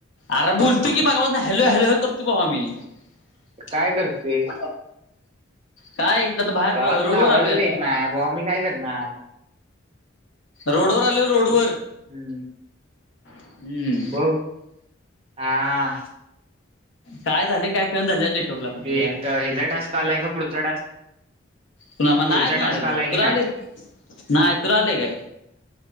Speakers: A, on the left; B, on the right.
A: आर बुलतूय की मगा पासन हॅलो हॅलो करतोय भावा मी. <unintelligible>
B: काय करते
A: काय आता इथ बाहेर
B: भावा तुझा
A: रोड वर
B: आवाजच
A: आलोय
B: येत
A: आता.
B: नाही भावा मी काय करणार.
A: रोडवर आलोय रोडवर.
B: हम्म.
A: हम्म
B: बग? हा.
A: काय झालय काय कळना झालय या नेटवर्कला पण
B: ते
A: या.
B: ट- ह्याचा टास्क आलाय का पुढचा टास्क
A: तु आ म नाय
B: पुढचा
A: आजुन आलेलं.
B: टास्क आलाय की
A: तुला आलय,
B: नाही
A: नाही तुला आलय काय?